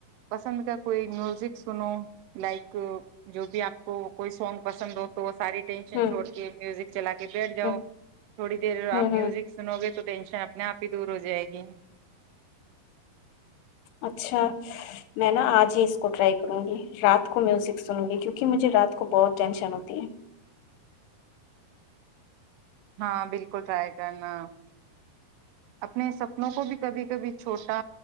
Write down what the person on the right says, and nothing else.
پسند کا کوئی میوزک سنو لائک جو بھی آپ کو کوئی سانگ پسند ہو تو ساری ٹینشن
چھڑ کے میوزک چلا کے بیٹھ جاؤ
تھوڑی دیر
آپ
میوزک سنو گے تو ٹینشن اپنے آپ ہی دور ہو جائے گی
ہاں بالکل ٹرائی کرنا اپنے سپنوں کو بھی کبھی کبھی چھوٹا